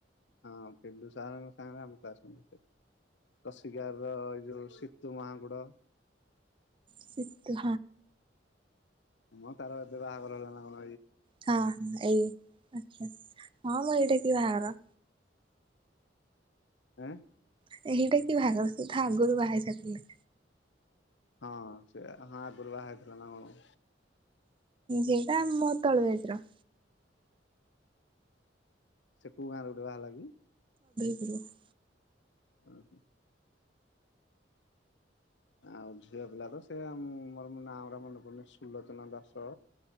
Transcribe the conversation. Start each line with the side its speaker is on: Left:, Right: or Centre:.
Left: ହଁ, ପିଲୁ ସାରଙ୍କ ସାଙ୍ଗରେ ଆମକୁ ଆସନ୍ତି, ସେ କସିଗାର ର ଏଇ ଯୋଉ ସିତୁ ମାହାକୁଡ
Right: ସିତୁ,
Left: ମୁଁ, ତାର ଏବେ ବାହାଘର ହେଲା ନା କ
Right: ହଁ, ହଁ ଏଇ ଆଛା ହ ମୁ ଏଇଟା କି ବାହାଘର
Left: ଉଁ,।
Right: ସେଇଟା କି ବାହାଘର ସେ ତା ଆଗରୁ ବାହା ହେଇ ସାରିଥିଲେ।
Left: ହଁ, ସେ ହ ଗୁରୁ ବାହା ହେଇଥିଲା ନା କଣ।
Right: ଯେଟା ମୋ ତଳ ବ୍ୟାଚ ର
Left: ସେ କୋଉ ଗାଁରେ, ଗୋଟେ ବାହା ହେ।
Right: ହରୋ <inaudible>
Left: ଓ ହୋ,। ଆଉ ଝିଅ ପିଲା ତ ସେ ମୋର ନାଁ ଉରା ମନେ ପଡୁନି, ସୁଲୋଚନା ଦାସ,